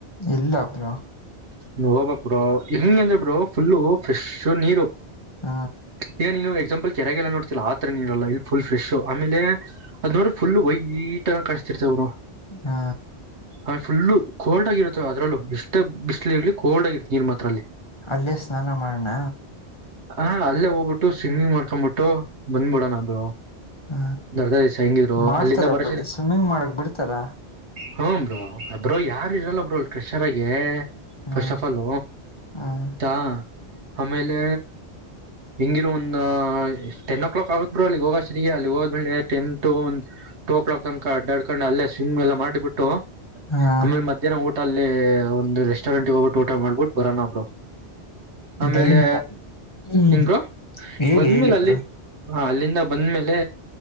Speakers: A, on the left; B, on the right.
A: ಇಲ್ಲ ಅಪರಾ
B: ನೀ ಹಬಕ್ ಬ್ರೋ ಹೆಂಗ ಅಂದ್ರೆ ಬ್ರರು ಫುಲ್ಲು ಫ್ರೆಶು ನೀರು
A: ಹ
B: ಈಗ ನೀನು ಎಕ್ಸಾಂಪಲ್ ಕೆರೆಗೆಲ್ಲ ನೋಡ್ಲ್ಲ ಆತರ ನೀಲ್ಲ ಫು ಫ್ರೆ್ ಆೇ ಅದುೋ್ರ ುಲ್ ವೈಟ ಕ ಇಡ್ತೆನ್ ಬ್ರೋ
A: ಹಾ
B: ಆೇ ಫುಲ್ಲು ಕೋಲ್ಡ್ ಆಗಿರುತ್ತೆ ಅದ್ರಲ್ಲೂ ಎಷ್ಟ್ ಬಿಸಿ್ಲು ಇರ್ಲಿ ಕೋಲ್ಡ್ ಆಗಿರುತ್ತೆ ನೀರ್ ಮಾತ್ರಲ್ಲಿ
A: ಅಲ್ಲೇ ಸ್ನಾನ ಮಾಡಣ
B: ಹ ಅಲ್ಲೇ ಹೋಗ್ಬಿಟ್ಟು ಸ್ಮ್ಮಿಂಗ್ ಮಾಡ್ಕೊಂಡ್ಬಿಟ್ಟು ಬಂದ್ಬಿಡಣದು
A: ಹ
B: ನಡ್ದಸ ಹೆಂಗಿದ್ರು
A: ಮಾಡ್ತಾರ
B: ಅಲ್ಲಿಂದ ಬರಸರಿ
A: ಸ್ವಿಮ್ಮಿಂಗ್ ಮಾಡಕ್ ಬಿಡ್ತಾರ
B: ಹ್ಮ ಬ್ರೋ ಬಬ್್ರೋ ಯಾರ ಇರಲ್ಲ ಬ್ರೋ ಅ ಕ್ರೆಷರ್ ಆಗೆ
A: ಹ್ಮ್
B: ಫಸ್ಟ್ ಆಫ್ ಆಲ್
A: ಹ್ಮ್
B: ಹ ಆಮೇಲೆ ಹಿಂಗಿರೋ ಒಂದು ಟೆನ್ ಕ್ಲಾಕ್ ಕಗತ್ುರು ಅಲ್ಲಿಗೆ ಹೋಗೋಷ್ಟ ಅಲ್ಲಿ ಹೋದ್ಮೇಲೆ ಟೆನ್ ಟ ಟು ಕ್ಾಕ್ ತನಕ ಡಡ್ಕೊಂಡ್ ಅಲ್ಲೇ ಜಿಮ್ ಎಲ್ಲ ಮಾಡಿಬಿಟ್ಟು
A: ಹಾ
B: ಆಮೇಲೆ ಮಧ್ಯಾಹ್ನ ಊಟ ಅಲ್ಲಿ ಒಂದು ರೆಸ್ಟೋರೆಂಟ್ಗೆ ಹೋಗ್ಬಿಟ್ಟು ಊಟ ಮಾಡಿಬಿಟ್ಟು ಬರೋಣ ಬ್ರೋ ಆಮೇಲೆ
A: ಡನ್ ಹ್ಮ್
B: ಏನ್ ಬ್ರೋ
A: ಹೇಳಿ
B: ಬಂದ್ಮೇಲೆ
A: ಹೇಳಿ
B: ಅಲ್ಲಿ
A: ಬ್ರೋ
B: ಹ ಅಲ್ಲಿ ಅಲ್ಲಿಂದ ಬಂದ್ಮೇಲೆ